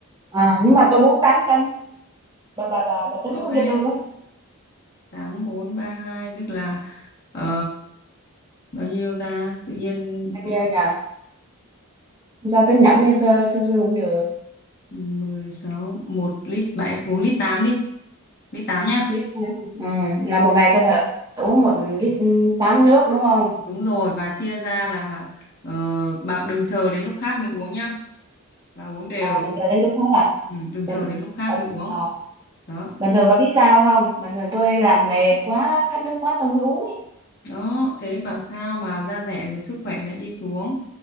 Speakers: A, on the right; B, on the left.
A: à, nhưng mà tôi bốn tám cân bà bà bà bà tính
B: Ok,
A: luôn cho tôi với
B: 8432 tức là ờ, bao nhiêu ta? Tự nhiên
A: bao
B: cái
A: nhiêu nhờ Không sao tính nhẩm như sơ sơ sơ cũng được
B: mười sáu một lít bảy uống lít 8 đi lít 8 nhá
A: lít tám ừ. là một ngày tôi phải uống một lít tám nước đúng không
B: đúng rồi và chia ra là ờ, bảo đừng chờ đến lúc khát mới uống nhá bà uống đều
A: à, đừng chờ đến lúc hết à
B: ừ, đừng
A: bình
B: chờ đến lúc khát
A: ờ,
B: mới uống
A: ờ.
B: đó
A: bình thường bà biết sao không bình thường tôi làm mệt quá khát nước quá tôi mới uống ấy.
B: đó thế bảo sao mà da rẻ rồi sức khỏe lại đi xuống